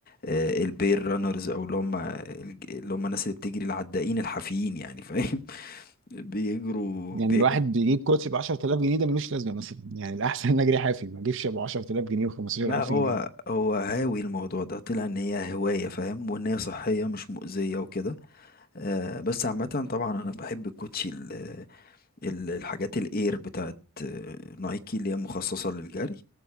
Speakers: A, on the left; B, on the right.
A: البير رانرز أو اللي هم الج- اللي هم الناس اللي بتجري العدائين الحافيين يعني فاهم <laughs> بيجروا
B: يعني
A: بيجروا
B: الواحد بيجيب كوتش ب 10000 جنيه ده ملوش لازمة مثلا يعني الأحسن <laughs> إن أجري حافي ما أجيبش أبو 10000 جنيه و15000
A: لا هو
B: جنيه
A: هو هاوي الموضوع ده طلع ان هي هواية فاهم وان هي صحية مش مؤذية وكده آه بس عامة طبعا انا بحب الكوتشي ال- الحاجات الاير بتاعت آه، نايكي اللي هي مخصصة للجري